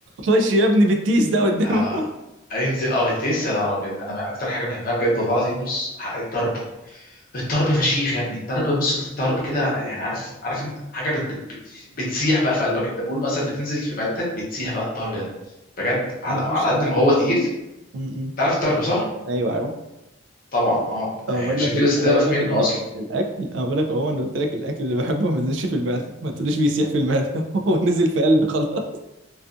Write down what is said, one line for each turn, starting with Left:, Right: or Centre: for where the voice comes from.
Right: خش يا ابني بالتيس ده قدامه
Left: اه انزل اه بتلسع يا نهار ابيض انا بقى اكتر حاجه بحبها بجد والله العظيم بص ح- الطرب الطرب فشيخ يا ابني الطرب بص الطرب كده يعني عارف عارف انت حاجه بت بت بت بتسيح بقى في قلبك انت بقول مثلا بتنزل في معدتك بتسيح بقى الطرب ده
Right: <laughs>
Left: بجد على
Right: انا مفيش
Left: على قد
Right: انا
Left: ما هو تقيل
Right: م- م.
Left: تعرف الطرب صح؟
Right: ايوه
Left: طبعا اه
Right: انا
Left: يعني
Right: بقول
Left: عشان
Right: لك
Left: في
Right: ال-
Left: ناس تعرف
Right: انا بقول لك
Left: منه
Right: الاكل
Left: اصلا
Right: الاكل انا بقول لك عموما أنا قلت لك الاكل اللي بحبه ما بينزلش في المعده ما تقوليش بيسيح في المعده <laughs> هو نزل في قلبي خلاص